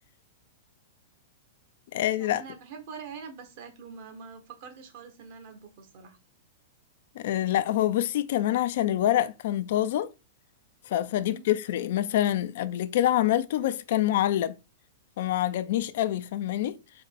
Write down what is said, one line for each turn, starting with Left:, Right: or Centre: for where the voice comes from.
Left: آه لا
Right: لا انا بحب ورق عنب بس اكله ما ما فكرتش خالص ان انا اطبخه الصراحه
Left: آه لا هو بصي كمان عشان الورق كان طازة ف... فدي
Right: امم
Left: بتفرق مثلا قبل كده عملته بس كان معلب فما عجبنيش قوي فاهماني